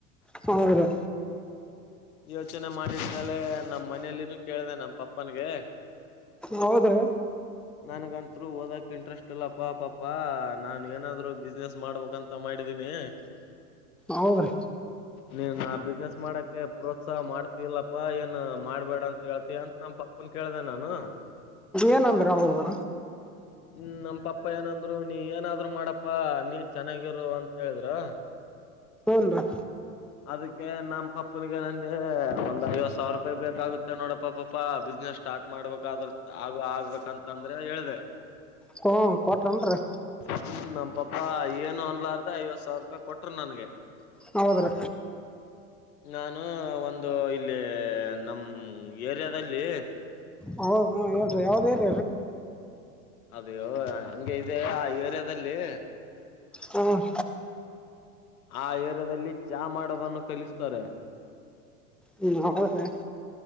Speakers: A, in the centre; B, on the left.
A: ಹೌದು.
B: ಯೋಚನೆ ಮಾಡಿದ್ಮೆಲೆ ನಮ್ ಮನೆಯಲ್ಲಿನೂ ಕೇಳಿದೆ ನಮ ಪಪ್ಪನ್ಗೆ.
A: ಹೌದ್ರಿ
B: ನನಗಂತ್ರು ಓದಕ್ ಇಂಟ್ರೆಸ್ಟ್ ಇಲ್ಲ ಪ ಪಾಪಾ ನಾನ್ ಏನಾದ್ರು ಬಿಸ್ನೆಸ್ ಮಾಡಬೇಕಂತ. ತ ಮಾಡಿದ್ದೀನಿ.
A: ಹೌದ್ರಿ
B: ನೀನ್ ಆ ಬಿಸ್ನೆಸ್ ಮಾಡಕ್ಕೆ ಪ್ರೋತ್ಸಾಹ ಮಾಡ್ತಿಯಿಲ್ಲಪ್ಪಾ ಏನ್ ಮಾಡ್ಬೇಡ ಅಂತ ಹೇಳ್ತಿಯ ಅಂತನಪಾ. ಪನ್ ಕೇಳ್ದ ನಾನು.
A: ಏನ್ ಅಂದರು ಅವ್ರು.
B: ಹ್ಮ್ ನಮ್ ಪಪ್ಪಾ ಏನಂದ್ರು ನೀ ಏನಾದ್ರು ಮಾಡಪಾ ನೀ ಚೆನ್ನಾಗಿರು ಅಂತ ಹೇಳಿದ್ರ.
A: ಏನ್ರಾ
B: ಅದಕ್ಕೆ ನಮ್ಮ ಪಪ್ಪನಿಗೆ ನಂದ ಒಂದ್ ಐವತ್ತು ಸಾವಿರ ರೂಪಾಯಿ ಬೇಕಾಗುತ್ತೆ ನೋಡಪ್ಪ ಪಾಪಾ ಬಿಸ್ನೆಸ್. ಸ್ಟಾರ್ಟ್ ಮಾಡ್ಬೇಕ್ರ ಆಗ ಆಗ್ಬೇಕಂತಂದ್ರೆ ಹೇಳ್ದ
A: ಹ ಕೊಟನ್ರಿ
B: ಹ್ಮ ನಮ್ ಪಾಪ್ಪಾ ಏನು ಅನ್ಲಾರ್ದ ಐವತ್ತು ಸಾವಿರ ರೂಪಾಯಿ ಕೊಟ್ರ ನನ್ಗೆ
A: ನವದರ
B: ನಾನು ಒಂದು ಇಲ್ಲಿ ನಮ್ಮ ಏರಿಯಾದಲ್ಲಿ
A: ಹೌದ ಹಾ ಹೇಳ್ರರಿ ಯಾವವುದ ಹೇಳ
B: ಅದೇಹಂಗಗೆ ಇದೆ ಆ ಏರಿಯಾದಲ್ಲಿ
A: ಹ್ಮ್
B: ಆ ಏರಿಯಾದಲ್ಲಿ ಚಾ ಮಾಡೋದನ್ನು ಕಲಿಸ್ತಾರೆ
A: ಹ್ಮ್ ಹೌದ್ರೀ